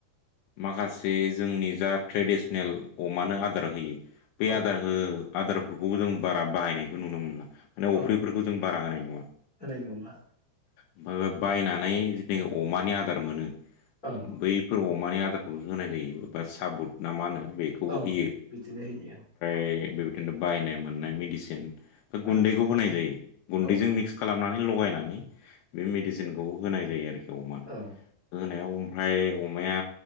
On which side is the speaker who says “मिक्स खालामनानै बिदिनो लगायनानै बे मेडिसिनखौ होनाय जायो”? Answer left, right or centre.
Left